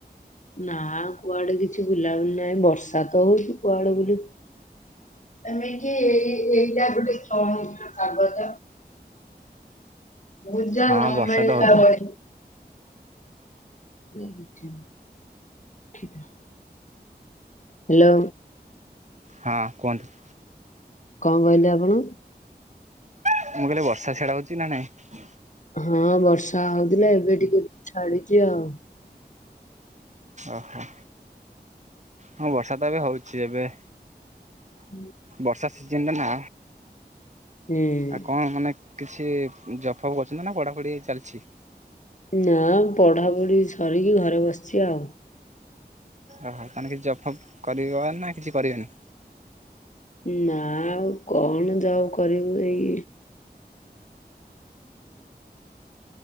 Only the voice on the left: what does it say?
ନା କୁଆଡେ କିଛି ବୁଲାବୁଲି ନାହିଁ ବର୍ଷା ତ ହଉଛି କୁଆଡେ ବୁଲିବୁ। ତମେ କି ଏଇ ଏଇଟା ଗୋଟେଛଅ ଇଞ୍ଚି ର କାଗଜ। ଗୁଜା
ନ
ମିଳିଲା
ଭଳିଆ। <unintelligible> ହ୍ୟାଲୋ।
କଣ କହିଲେ ଆପଣ।
ହଁ ବର୍ଷା ହଉଥିଲା ଏବେ ଟିକେ ଟିକେ ଛାଡିଛି ଆଉ।
ହୁଁ।
ହୁଁ।
ନା ପଢାପଢି ସରିକି ଘରେ ବସିଛି ଆଉ।
ନା ଆଉ କଣ ଯାଉ କରିବୁ ଏଇ।